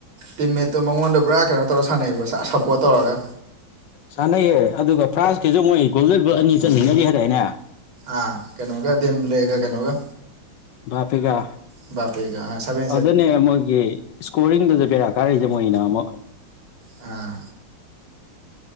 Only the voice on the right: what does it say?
ꯇꯤꯝꯃꯦꯠꯇꯣ ꯃꯉꯣꯟꯗ ꯄꯨꯔꯥ ꯀꯩꯅꯣ ꯇꯧꯔ ꯁꯥꯟꯅꯩꯔꯤꯕ꯭ꯔꯥ ꯁꯞꯄꯣꯔꯠ ꯇꯧꯔꯒ
ꯑꯥ ꯀꯩꯅꯣꯒ ꯗꯦꯝ꯭ꯂꯦꯒ ꯀꯩꯅꯣꯒ
ꯕꯥꯄꯦꯒ ꯁꯕꯦ
ꯑ